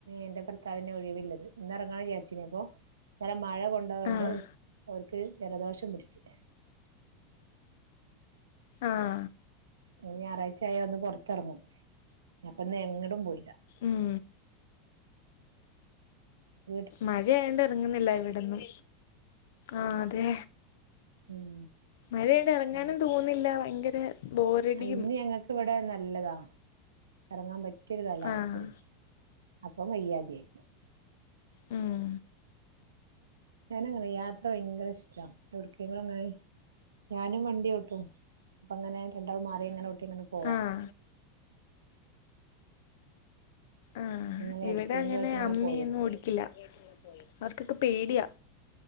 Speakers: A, on the right (about 85°); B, on the left (about 70°).
A: എന്റെ ഭർത്താവിനെ ഒഴിവില്ലത് ഇന്ന് ഇറങ്ങാ വിചാരിച്ചപ്പോൊ നല്ല മഴ കൊണ്ടുപണ്ട്
B: ആഹ്
A: അവർക്ക് ജലദോഷം പിടിച്ചു
B: ആഹ
A: ഞായറാഴ്ച ആായ ഒന്ന് പുൊറത്തിറങ്ങും അപ്പൊന്ന് എങ്ങടും പോയില്ല
B: ഉം
A: അ
B: മഴയണ്ട് ഇറങ്ങുന്നില്ല ഇവിടന്നും ആഹ അതെ
A: ഉം
B: മഴയണ്ട ഇറങ്ങാനും
A: ഞാൻ
B: തോന്നില്ല ഭയങ്കര ബോറടിയും
A: ഇന്ന് ഞങ്ങൾക്ക് ഇവിടെ നല്ലതാ ഇറങ്ങാൻ പറ്റിയരു കാലാവസ്ഥയാണ്
B: ആഹ്
A: അപ്പൊ വയ്യാതിയായി
B: ഉം
A: ഞാനങ്ങനെ യാത്ര ഭയങ്കര ഇഷ്ട എവിടക്കും അങ്ങനെ ഞാനും വണ്ടിോട്ടും അപ്പൊ അങ്ങനെ രണ്ടാൾും മാറി ഇങ്ങനെോട്ടി ഇങ്ങനെ പോവാ
B: ആഹ് ആഹ്
A: ഇങ്ങനെ
B: ഇവിടെ
A: എവിടക്കങ്കയിട്ട്
B: അങ്ങനെ
A: ഇങ്ങനെ
B: അമ്മയൊന്നും
A: പോയി എടുക്ക
B: ഓടിക്കില്ല അവർക്കൊക്കെ പേടിയാ